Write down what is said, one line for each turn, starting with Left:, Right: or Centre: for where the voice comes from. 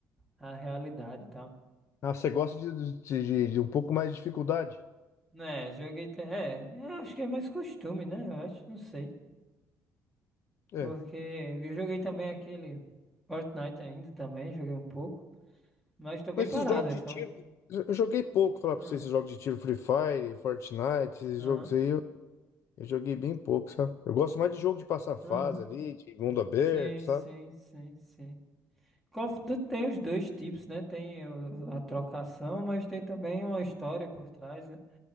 Centre: a realidade e tal.
Left: Ah, você gosta de, de, de- de um pouco mais de dificuldade?
Centre: Né, joguei. ta- É, eu acho que é mais costume, né? Eu acho, não sei.
Left: É.
Centre: Porque eu joguei também aquele Fortnite ainda também, joguei um pouco. Mas tô bem
Left: Mas
Centre: parado,
Left: esses jogos
Centre: aí,
Left: de
Centre: fala.
Left: tiro. Eu joguei pouco, falar
Centre: Ah,
Left: pra vocês, esses jogos de tiro Free Fire, Fortnite, esses
Centre: Aham,
Left: jogos aí. Eu joguei bem pouco, sabe? Eu gosto mais de jogo de passar fase
Centre: aham.
Left: ali, de mundo aberto,
Centre: Sim,
Left: sabe?
Centre: sim, sim, sim. Call of Duty tem os dois tipos, né? Tem o- a trocação, mas tem também uma história por trás, né?